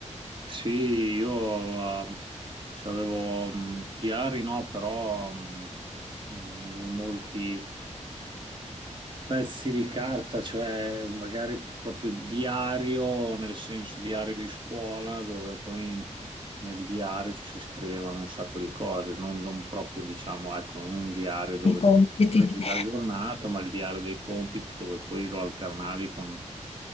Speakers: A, on the right; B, on the left.
A: Sì, io ehm, c'avevo mm, diari, no, però mm, mm, avevo molti, pezzi di carta, cioè magari proprio diario, nel senso diario di scuola, dove poi nel diario ci si scrivono un sacco di cose, non, non proprio diciamo, ecco, non un diario dove
B: i compiti.
A: scrivi
B: <laughs>
A: la giornata, ma il diario dei compiti dove poi lo alternavi con